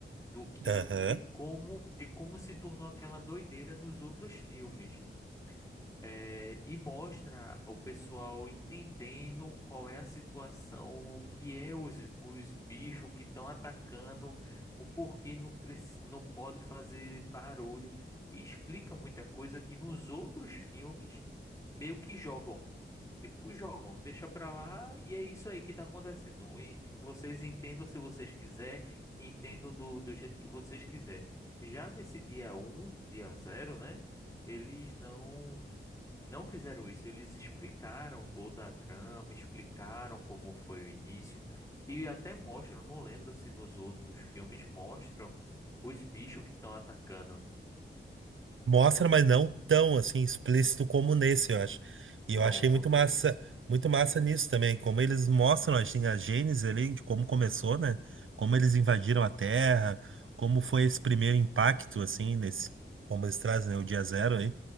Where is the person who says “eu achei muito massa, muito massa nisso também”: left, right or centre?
Right